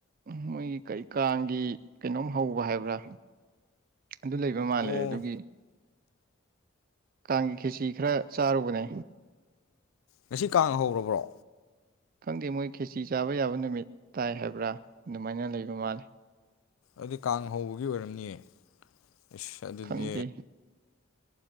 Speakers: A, on the right (about 45°); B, on the left (about 85°).
A: ꯃꯣꯏꯒꯤ ꯀꯔꯤ ꯀꯥꯡꯒꯤ ꯀꯩꯅꯣꯝ ꯍꯧꯕ ꯍꯥꯏꯕ꯭ꯔꯥ ꯑꯗꯨ ꯂꯩꯕ ꯃꯥꯜꯂꯦ
B: ꯑꯣ
A: ꯑꯗꯨꯒꯤ ꯀꯥꯡꯒꯤ ꯈꯦꯆꯤ ꯈꯔ ꯆꯥꯔꯨꯕꯅꯦ
B: ꯉꯁꯤ ꯀꯥꯡ ꯍꯧꯒꯔꯕ꯭ꯔꯣ
A: ꯈꯪꯗꯦ ꯃꯣꯏ ꯈꯦꯆꯤ ꯆꯥꯕ ꯌꯥꯕ ꯅꯨꯃꯤꯠ ꯇꯥꯏ ꯍꯥꯏꯕ꯭ꯔꯥ ꯑꯗꯨꯃꯥꯏꯅ ꯂꯩꯕ ꯃꯥꯜꯂꯦ
B: ꯑꯗꯨ ꯀꯥꯡ ꯍꯧꯕꯒꯤ ꯑꯣꯏꯔꯝꯅꯤꯌꯦ ꯑꯁ ꯑꯗꯨꯗꯤ
A: ꯈꯪꯗꯦ